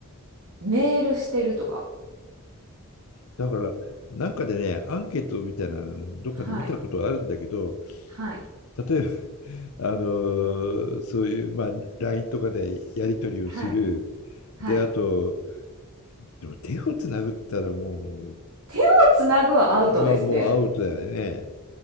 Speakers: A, on the right (about 80°); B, on the left (about 70°).
A: メールしてるとか。
B: だから、なんかでね、アンケートみたいな、どっかで見たことあるんだけど、
A: はい。はい。
B: 例えば、<laughs> あのーそういう、まあ、LINE とかでやり取りをする。
A: はい。はい。
B: で、あと、でも手をつなぐったらも
A: 手をつなぐはアウトですね。
B: う、はもうアウトだよね。